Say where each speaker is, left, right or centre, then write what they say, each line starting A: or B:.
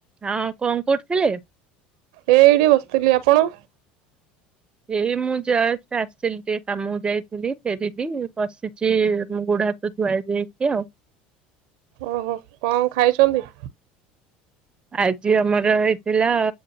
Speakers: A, on the right (about 20°); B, on the right (about 75°).
A: ହଁ କଣ କୋଉଠିଥିଲେ।
B: ଏ ଏଇଠି ବସିଥିଲି ଆପଣ।
A: ଏଇ ମୁଁ ଯଷ୍ଟ ଆସିଲି ଟିକେ କାମକୁ ଯାଇଥିଲି ଫେରିଲି ବସିଛି ମୁ ବୁଢା। ତ ଧୁଆ ଧୁିଇ ହେଇକି।
B: ଓହୋ କଣ ଖାଇଛନ୍ତି।
A: ଆଜି ଆମର ହେଇଥିଲା